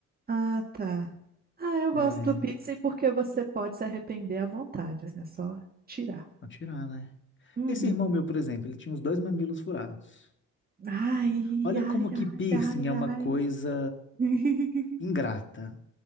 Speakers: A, on the right; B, on the left.
A: Ah, tá. Ah, eu
B: É,
A: gosto do pizza e porque você pode se arrepender à vontade, né? só tirar.
B: vou tirar, né?
A: Uhum.
B: Esse irmão meu, por exemplo, ele tinha os dois mamilos furados.
A: Ai,
B: Olha
A: ai,
B: como que piercing
A: ai,
B: é
A: ai, ai.
B: uma coisa
A: <laughs>
B: ingrata.